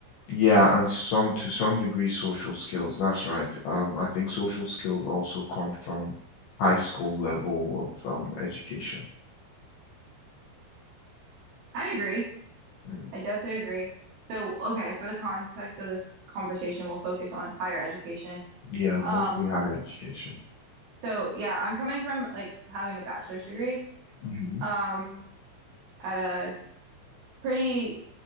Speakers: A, on the left; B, on the right.
A: yeah, and some to some degree social skills. That's right. Um, I think social skills also come from high school level of um, education.
B: I'd agree.
A: Mm.
B: I definitely agree. So, okay, for the context of this conversation, we'll focus on higher education.
A: Yeah, mostly
B: Um,
A: higher education.
B: so yeah, I'm coming from like having a bachelor's degree
A: hmm
B: um at a pretty